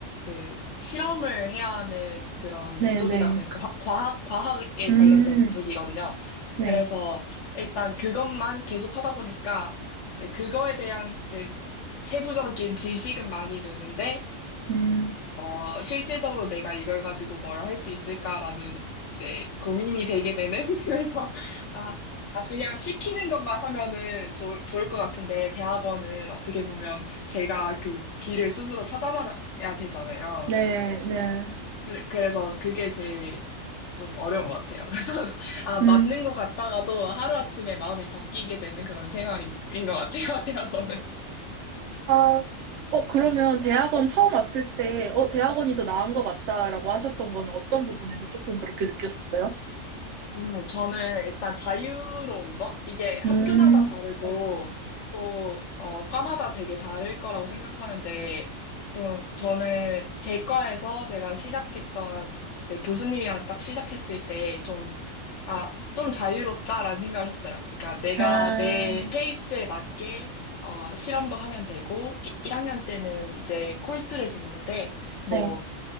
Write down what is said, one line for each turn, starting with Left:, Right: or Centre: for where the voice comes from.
Left: 그 실험을 해야 하는 그런
Right: 네네.
Left: 쪽이다 보니까 화- 과학, 과학에
Right: 음,
Left: 관련된 쪽이거든요.
Right: 네.
Left: 그래서 일단 그것만 계속 하다 보니까 이제 그거에 대한 이제 세부적인 지식은 많이 느는데,
Right: 음,
Left: 어, 실질적으로 내가 이걸 가지고 뭘 할 수 있을까라는 이제 고민이 되게 되는 <laughs> 그래서 아, 아 그냥 시키는 것만 하면은 좋, 좋을 것 같은데 대학원은 어떻게 보면 제가 그 길을 스스로 찾아나가야 되잖아요.
Right: 네네.
Left: 그래, 그래서 그게 제일 좀 어려운 것 같아요. 그래서 <laughs> 아
Right: 음,
Left: 맞는 것 같다가도 하루아침에 마음이 바뀌게 되는 그런 생활인 것 같아요, <laughs> 대학원은.
Right: 아, 어, 그러면
Left: 음.
Right: 대학원 처음 왔을 때, 어, 대학원이 더 나은 것 같다라고 하셨던 거는 어떤 부분에서 조금 그렇게 느꼈었어요?
Left: 음, 저는 일단 자유로운 거? 이게 학교마다
Right: 음,
Left: 다르고
Right: 네.
Left: 또 어, 과마다 되게 다를 거라고 생각하는데 좀 저는 제 과에서 제가 시작했던 제 교수님이랑 딱 시작했을 때 좀, 아, 좀 자유롭다라는 생각을 했어요. 그러니까 내가
Right: 아, 음,
Left: 내 페이스에 맞게 어, 실험도 하면 되고 1학년 때는 이제 코र्스를 듣는데 뭐
Right: 네.